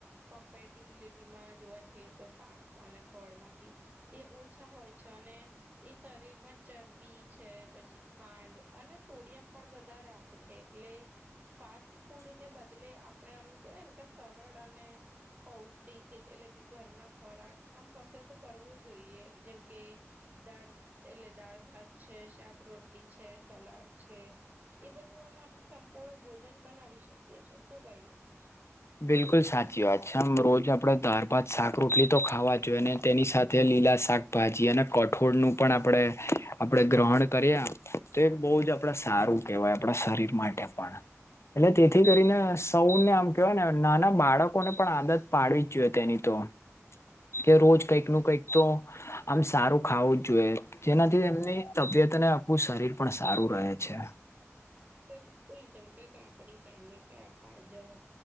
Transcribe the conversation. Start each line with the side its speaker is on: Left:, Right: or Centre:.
Right: કમ્પે બિલિટી માં જોવા જઈએ તો શાક અને ફળ માંથી એ ઓછા હોય છે અને એ શરીરમાં ચરબી છે. પછી ખાંડ અને સોડિયમ પણ વધારે આપે છે એટલે ફાસ્ટ ફૂડ ને બદલે આપણે આમ કેવાય ને કે સરળ અને પૌષ્ટિક એટલે કે ઘરના ખોરાક આમ પસંદ કરવો જોઈએ જેમ કે દાળ એટલે દાળ ભાત છે, શાક રોટી છે, સલાડ છે. એ બધું આમાં આપણે સંપૂર્ણ ભોજન બનાવી શકીએ છે શું કહીએમ?
Left: બિલકુલ સાચી વાત છે આમ રોજ આપણેે દાર ભાત શાક રોટલી તો ખાવા જોઈએ ને તેની સાથે લીલા શાક હોય ભાજી અને કઠોળનું પણ આપણે આપણે ગ્રહણ કરીએ તો એ બહુ જ આપણે સારું. વાય આપણા શરીર માટે પણ એટલે તેથી કરીને સૌને આમ કેવાય ને નાના બાળકોને પણ આદત પાડવી જ જોઈએ તેની તો. કે રોજ કંઈક નું કંઈક તો? આમ સારું ખાવું જ જોઈએ જેનાથી એમની તબિયતને આપણું શરીર પણ સારું રહે છે.
Right: બિલકુલ જેમ કે કાકડી, ટામેટા, ગાજર